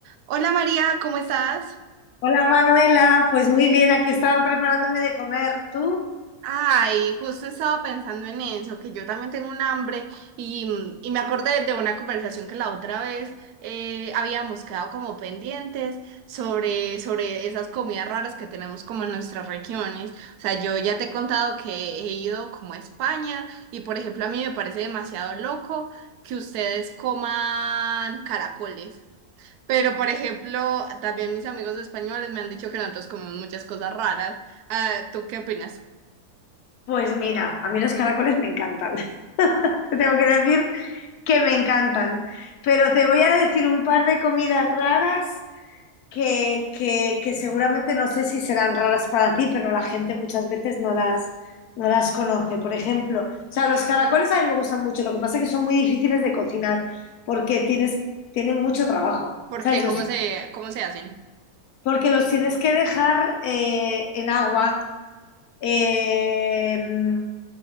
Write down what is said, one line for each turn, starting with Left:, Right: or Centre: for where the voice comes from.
Right: Hola María, ¿cómo estás?
Left: Hola Manuela, pues muy bien, aquí estaba preparándome de comer. ¿Tú?
Right: Ay, justo estaba pensando en eso, que yo también tengo un hambre y, y me acordé de una conversación que la otra vez eh, habíamos quedado como pendientes sobre, sobre esas comidas raras que tenemos como en nuestras regiones. O sea, yo ya te he contado que he ido como a España y por ejemplo a mí me parece demasiado loco que ustedes coman caracoles. Pero, por ejemplo, también mis amigos españoles me han dicho que nosotros comemos muchas cosas raras. Ah, ¿tú qué opinas?
Left: Pues mira, a mí los caracoles me encantan. <laughs> Te tengo que decir que me encantan. Pero te voy a decir un par de comidas raras que, que- que seguramente no sé si serán raras para ti, pero la gente muchas veces no las, no las conoce. Por ejemplo, o sea, los caracoles a mí me gustan mucho, lo que pasa es que son muy difíciles de cocinar porque tienes, tienen mucho trabajo.
Right: ¿Por
Left: ¿Sabes?
Right: qué? ¿Cómo
Left: Los
Right: se, cómo se hacen?
Left: porque los tienes que dejar eh, en agua. eh, mm,